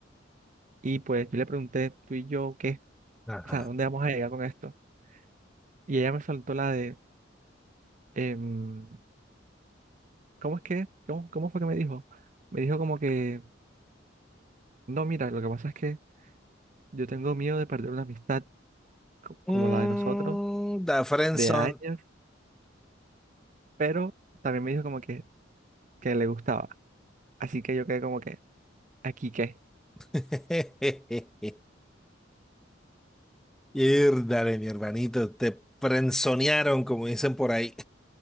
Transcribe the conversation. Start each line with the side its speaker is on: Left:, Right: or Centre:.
Right: Y pues yo le pregunté, tú y yo, ¿qué?
Centre: Ajá.
Right: O sea, ¿dónde vamos a llegar con esto? Y ella me soltó la de, em, ¿cómo es que? ¿Cómo, cómo fue que me dijo? Me dijo como que, no, mira, lo que pasa es que yo tengo miedo de perder una amistad co- como
Centre: Mm,
Right: la de nosotros,
Centre: da friendzone.
Right: de años, pero también me dijo como que, que le gustaba. Así que yo quedé como que, ¿aquí qué?
Centre: <laughs> Dale, mi hermanito. Te frenzonearon, como dicen por ahí.